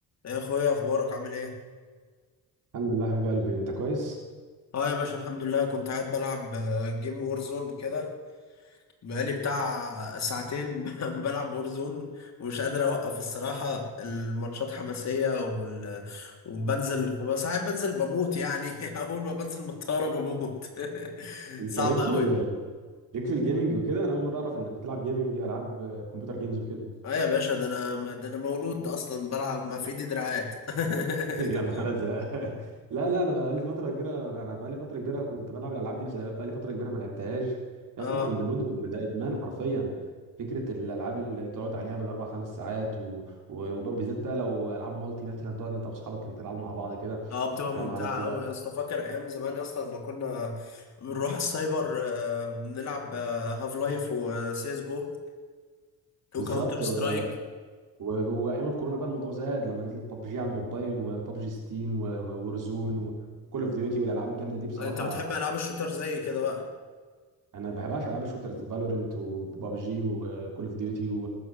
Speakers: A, on the left (about 45°); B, on the right (about 60°).
A: يا اخويا اخبارك عامل ايه
B: الحمد لله حبيب قلبي انت كويس
A: اه يا باشا الحمد لله كنت قاعد بلعب آه، جيم وورزون كده بقالي بتاع ساعتين <laughs> بلعب وورزون ومش قادر اوقف الصراحة الماتشات حماسية وال... وبنزل ساعات بنزل بموت يعني <laughs> اول ما بنزل من الطيارة بموت <laughs>
B: انت
A: صعب
B: ليك في
A: قوي
B: ال... ليك في الجيمنج وكده انا اول مره اعرف انك بتلعب جيمنج العاب كمبيوتر جيمز وكده
A: اه يا باشا ده انا ده انا مولود اصلا بلعب ما في ايدي دراعات <laughs>
B: <laughs> يا
A: انت فاهم
B: نهار ازرق <laughs> لا لا انا بقالي فتره كبيره انا بقالي فتره كبيره كنت بلعب الالعاب دي بس بقالي فتره كبيره ما لعبتهاش يا
A: <laughs> اه
B: اسطى انا كنت مدمن ده ادمان حرفيا فكره الالعاب اللي تقعد عليها بالاربع خمس ساعات و... و... وبالذات بقى لو العاب مالتي مثلا تقعد انت واصحابك كده تلعبوا مع بعض كده
A: اه بتبقى ممتعة
B: يا نهار ازرق
A: أوي يا اسطى فاكر أيام زمان يا اسطى لما كنا بنروح السايبر آه، بنلعب هاف لايف وسي اس جو وكاونتر
B: بالظبط
A: سترايك
B: و- وايام الكورونا بقى الموضوع زاد لما نزلت ببجي على الموبايل وببجي ستيم وورزون وكول اوف ديوتي والالعاب الجامده دي بصراحه
A: أنت بتحب ألعاب الشوتر زي كده بقى
B: انا ما بحبهاش العاب الشوترز فالورنت وببجي وكول اوف ديوتي و...